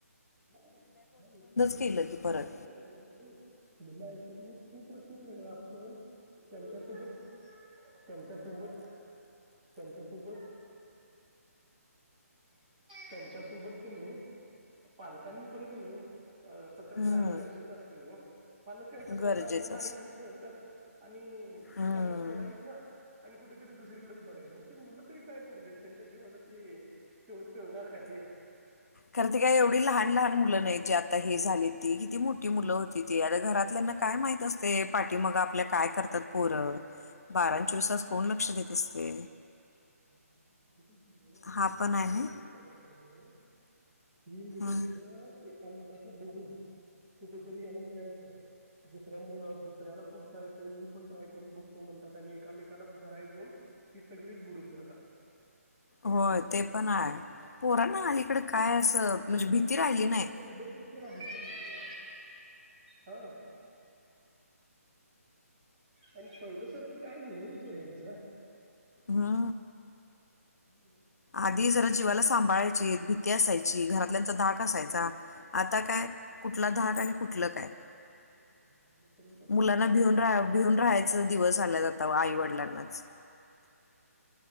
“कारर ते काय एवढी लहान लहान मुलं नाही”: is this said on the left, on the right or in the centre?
Left